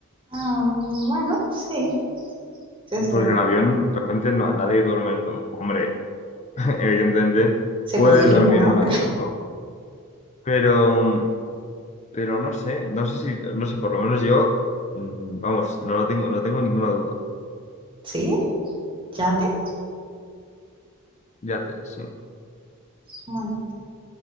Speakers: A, on the right (about 25°); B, on the left (about 30°).
A: Ah, bueno, sí, eso es
B: Porque
A: cierto.
B: en un avión realmente no- nadie duerme en un... Hombre, <laughs> evidentemente
A: Se
B: puedes
A: podría.
B: dormir en un avión, ¿no? Pero, mm, pero no sé, no sé si, no sé, por lo menos yo, mm, vamos, no lo tengo, no tengo ninguna duda.
A: <laughs> ¿Sí? ¿Yate?
B: Yate, sí.
A: Bueno.